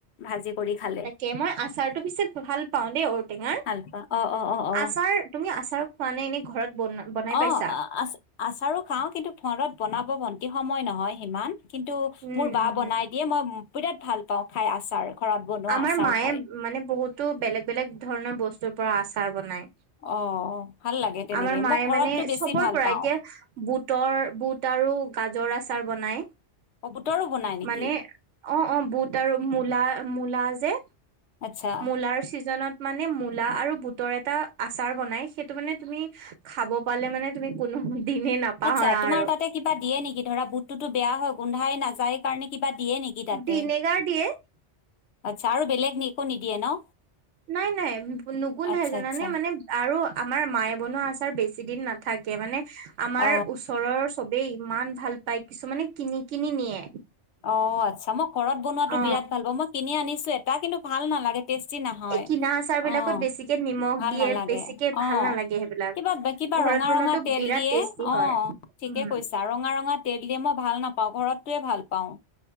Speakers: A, on the left (about 70°); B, on the right (about 85°).
A: ভাজি কৰি খালে
B: তাকে মই আচাৰতটো পিছে ভাল পাওঁ দেই ঔ টেঙাৰ,
A: ভাল পা অ অ অ অ
B: আচাৰ তুমি আচাৰ খোৱা নে এনে ঘৰত বন বনাই পাইছা
A: অ আচ আচাৰো খাও কিন্তু ঘৰত বনাব বন্তি সময় নহয় সিমান কিন্তু
B: উম,
A: মোৰ বা
B: উম।
A: বনাই দিয়ে মই বিৰাট ভাল পাওঁ খাই আচাৰ। ঘৰত বনোৱা
B: আমাৰ
A: আচাৰ
B: মায়ে
A: খাই
B: মানে বহুতো বেলেগ বেলেগ ধৰণৰ বস্তুৰ পৰা আচাৰ বনায়।
A: অ ভাল লাগে তেনেকে
B: আমাৰ মায়ে
A: মই ঘৰতটো
B: মানে
A: বেছি
B: চবৰ
A: ভাল
B: পৰা,
A: পাওঁ
B: এতিয়া বুটৰ বুট আৰু গা জৰাচাৰ বনাই,
A: অ বুটৰো বনাই নেকি
B: মানে অ 'অ বুট আৰু মূলা মূলা যে
A: আচ্ছা
B: মূলাৰ চি মানে মূলা আৰু বুটৰ এটা আচাৰ বনাই, সেইটো মানে তুমি খাব পালে মানে তুমি কোনো দিনে নাপাহৰা
A: আচ্ছা তোমাৰ
B: আৰু
A: তাতে কিবা দিয়ে নেকি, ধৰা বুটটোতো বেয়া হয় গোন্ধাই নাযায় কাৰণে কিবা দিয়ে নেকি তাতে,
B: ভিনেগাৰ দিয়ে
A: আচ্ছা আৰু বেলেগ একো নিদিয়ে ন।
B: নাই নাই নুগুন্ধাই
A: আচ্ছা
B: জানানে
A: আচ্ছা
B: মানে আৰু আমাৰ মায়ে বনোৱা আছ বেছি দিন নাথাকে মানে, আমাৰ
A: অ
B: ওচৰৰ চবেই ইমান ভাল পায়, কিছুমানে কিনি কিনি নিয়ে।
A: অ আচ্ছা মই ঘৰত বনোৱাতো
B: অ
A: বিৰাট ভাল পাওঁ, মই কিনি আনিছো এটা কিন্তু ভাল নালাগে। টেষ্টি নহয়
B: এই কিনা আচাৰ বিলাকত
A: অ,
B: বেছিকে নিমখ
A: ভাল
B: দিয়ে
A: নালাগে,
B: বেছিকে ভাল
A: অ
B: নালাগে সেইবিলাক
A: কিবা কিবা
B: ঘৰত
A: ৰঙা
B: বনোৱাটো
A: ৰঙা তেল
B: বিৰাট
A: দিয়ে,
B: টেষ্টি হয়
A: অ ঠিকে
B: উম
A: কৈছা, ৰঙা ৰঙা তেল য়ে মই ভাল নাপাওঁ ঘৰতোৱে ভাল পাওঁ।